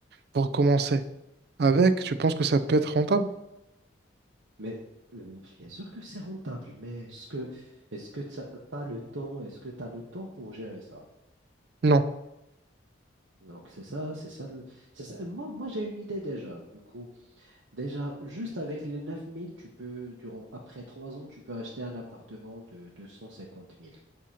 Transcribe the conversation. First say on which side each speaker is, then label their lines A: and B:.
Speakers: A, on the right (about 55°); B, on the right (about 80°).
A: pour commencer. Avec, tu penses que ça peut être rentable?
B: Mais euh, bien sûr que c'est rentable, mais est-ce que est-ce que tu as le temps, est-ce que tu as le temps pour gérer ça?
A: Non.
B: Donc c'est ça, c'est ça, le- c'est ça. Et Moi, moi j'ai une idée déjà. Du coup, déjà, juste avec les 9000 tu peux, durant, après trois ans, tu peux acheter un appartement de 250 000